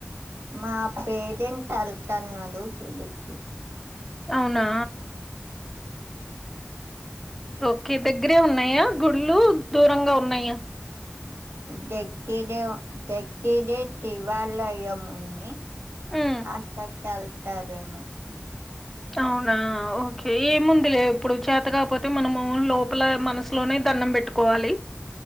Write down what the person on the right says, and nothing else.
మా పేరెంట్ ఎల్తా అన్నాడు గుడికీ
లెక్కా దెక్కడే శివాలయం ముంది
అత్తా కల్ తాదేమో